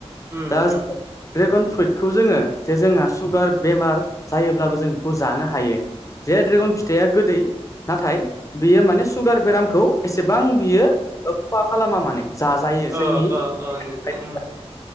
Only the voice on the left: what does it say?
दा
जों ड्रेगन फ्रुइटखौ जोंङो जे जोंहा सुगार बेमार जायोब्लाबो जों बेखौ जानो हायो। जे ड्रेगन फिथाइआ गोदै नाथाय बियो माने सुगार बेरामखौ एसेबां बियो खहा खालामा माने। जाजायो जोंनि
<unintelligible>